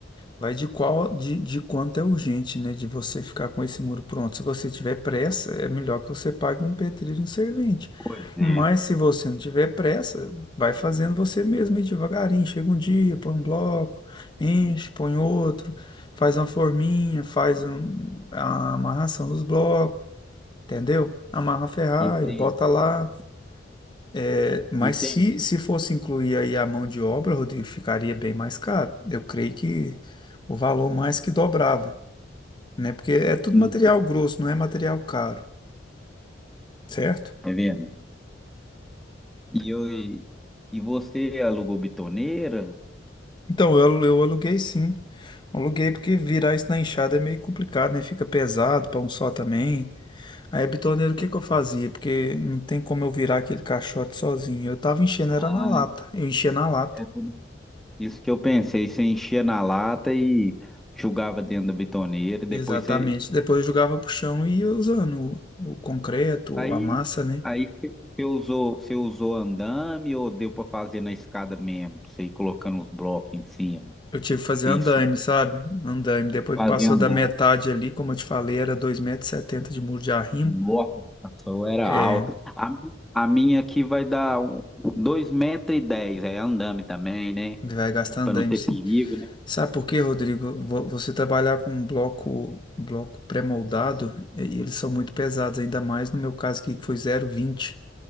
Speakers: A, on the left (about 25°); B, in the centre.
A: vai de qual de, de quanto é urgente, né? De você ficar com esse muro pronto. Se você tiver pressa, é melhor que você pague um pedreiro em servente.
B: Pois é.
A: Mas se você não tiver pressa, vai fazendo você mesmo e devagarinho. Chega um dia, põe um bloco, enche, põe outro, faz uma forminha, faz um- a amarração dos blocos, entendeu? Amarra a ferragem,
B: Entendi,
A: bota lá. É, Mas
B: entendi.
A: se, se fosse incluir aí a mão de obra, Rodrigo, ficaria bem mais caro. Eu creio que o valor mais que dobrava, né? Porque é tudo
B: Hum,
A: material grosso, não é material caro, certo?
B: Tá vendo? E, eu, e você alugou bitoneira?
A: Então, eu, alu- eu aluguei sim. Aluguei porque virar isso na enxada é meio complicado, né? Fica pesado para um só também. Aí, a o que que eu fazia? Porque não tem como eu virar aquele caixote sozinho. Eu tava enchendo,
B: Ah,
A: era na lata. Eu enchia na lata.
B: é por Isso que eu pensei, você enchia na lata e jogava dentro da bitoneira, e depois
A: Exatamente.
B: você
A: Depois eu jogava pro chão e ia usando o, o concreto,
B: aí
A: a massa, né?
B: aí você você usou, você usou andame ou deu para fazer na escada mesmo, pra você ir colocando os blocos em cima.
A: Eu tive que fazer
B: Pra Você
A: andaime,
B: ir subindo,
A: sabe? Andaime. Depois
B: fazer
A: que passou
B: andame.
A: da metade ali, como eu te falei, era 2,70 setenta de muro de arrimo.
B: Nossa, a sua era
A: É,
B: alta. A, a minha aqui vai dar um- 2,10 metros, e dez, é andame também, né?
A: vai gastar andaime,
B: Para não ter
A: sim.
B: perigo, né?
A: Sabe por quê, Rodrigo? Vo- Você trabalhar com um bloco, um bloco pré-moldado, e eles são muito pesados, ainda mais no meu caso aqui, que foi zero vírgula vinte